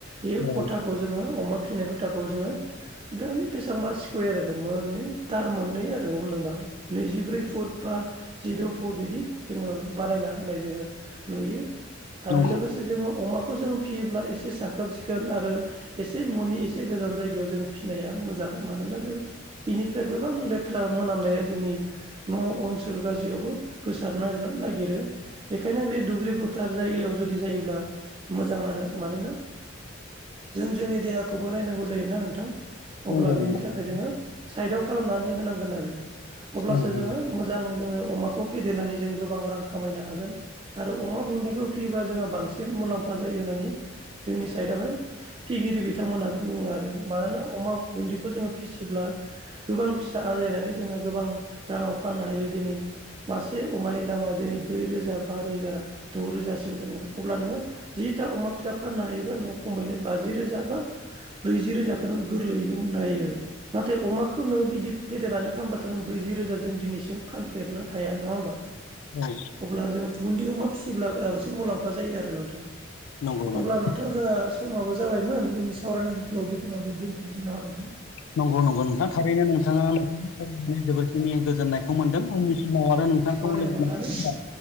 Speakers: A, on the right; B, on the left.
A: बेयो
B: नंगौ
A: खथाखौ जोङो अमा फिसिनाय खथाखौ जोङो दानि बेसेबांबा स्कुवेर आरो माने दार मोननै आरो हमनोबा नैजिब्रै फुट बा जिद' फुट बिदि जोङो बानायना होनाय जोङो नुयो। आरो
B: नंगौ नंगौ
A: लोगोसे
B: औ नंगौ
A: जोङो अमाखौ जोङो फियोब्ला एसे साखोन सिखोन आरो एसे न'नि एसे गोजान जायगायाव जों फिनाया मोजां। जां मानोना जों बिनिफ्राय गोबां लेथ्रा मोनामनाया जोंनि न' ओनसोल गासैयावबो गोसारनानो नागिरो। बेखायनो बे दुब्लि फोथार जायगायाव जुदि जायोब्ला मोजां आरो मानोना जों जोंनि देहाखौबो नायनांगौ जायोना नोंथां।
B: नंगौ
A: अब्ला बिनि
B: नंगौ
A: थाखाय जोङो साइदाव खालामनानै होनांगोन आरो अब्लासो
B: नंगौ
A: जोङो। मोजां जोङो अमाखौ फेदेरनानै जों गोबां रां खामायनो हागोन आरो अमा बुन्दिखौ फियोबा जोंहा बांसिन मुलाम्फा जायो होननानै जोंनि साइडआवहाय फिगिरि बिथांमोनहा बुङो आरो मानोना अमा बुन्दिखौ जोङो फिसिब्ला गोबां फिसा आजायनानै जोङो गोबां राङाव फाननो हायो दिनै मासे अमानि दामा दिनै ब्रै रोजा बा रोजा द' रोजासिम जोङो अब्ला नोङो जिथा अमा फिसा फाननो हायोबा नोङो खमायनो बाजि रोजा बा ब्रैजि रोजाखौ नों गोरलैयैनो मोननो हायो। नाथाय अमाखौ नों बिदि फेदेरनानै फानबाथ' नों ब्रैजि रोजा जों दिनैसिम फानफेरनो हाया नङा होमबा?
B: औ
A: अब्ला जों बुन्दि अमा फिसिब्ला बांसिन मुलाम्फा जायो आरो नोंथां।
B: नंगौ नंगौ
A: अब्ला नों नोंथां जोंहा समाबो जाबायमोन जोंनि सावरायनांगौखौ बेखिनियावनो दोनथ'नोसै नामा नोंथां?
B: नंगौ नगौ नोंथां। थारैनो नोंथाङा नोंनि फरायनानै जोबोरखिनि गोजोननाय खौ मोनदों उननि समाव आरो नोंथांखौ
A: सावरायनो
B: लोगो
A: मोननानै
B: मोन